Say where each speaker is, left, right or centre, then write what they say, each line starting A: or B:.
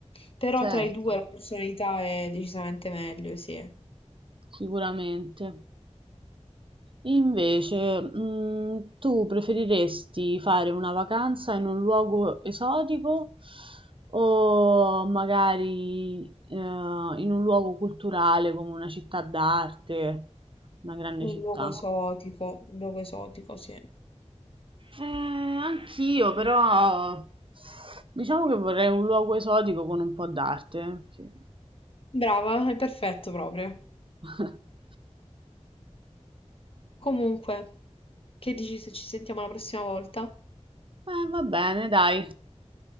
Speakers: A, on the left; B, on the right.
A: però
B: Certo.
A: tra i due la personalità è decisamente meglio, sì.
B: sicuramente. Invece, mh, tu preferiresti fare una vacanza in un luogo esotico o magari eh, in un luogo culturale come una città d'arte, una grande
A: Un
B: città?
A: luogo esotico, un luogo esotico, sì.
B: Eh, anch'io, però diciamo che vorrei un luogo esotico con un po' d'arte. sì.
A: Brava, è perfetto proprio.
B: <laughs>
A: Comunque, che dici se ci sentiamo la prossima volta?
B: Eh, va bene, dai,